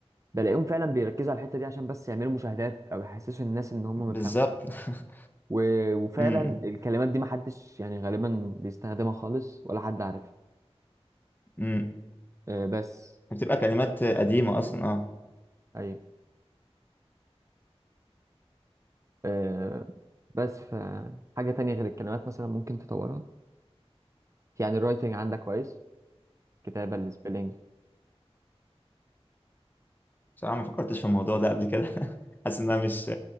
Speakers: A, on the right; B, on the left.
A: بلاقيهم فعلا بيركزوا على الحتة دي عشان بس يعملوا مشاهدات او يحسسوا الناس ان هم مفهمين
B: بالظبط <laughs>
A: و... وفعلا
B: امم
A: الكلمات دي محدش يعني غالبا بيستخدمها خالص ولا حد عارفها
B: امم
A: آه، بس
B: بتبقى كلمات قديمه اصلا اه
A: أيوة. آه، بس فحاجة تانية غير الكلمات مثلا ممكن تطورها يعني الرايتنج عندك كويس كتابة السبيلنج
B: بصراحه ما فكرتش في الموضوع ده قبل كده <laughs> حاسس ان انا مش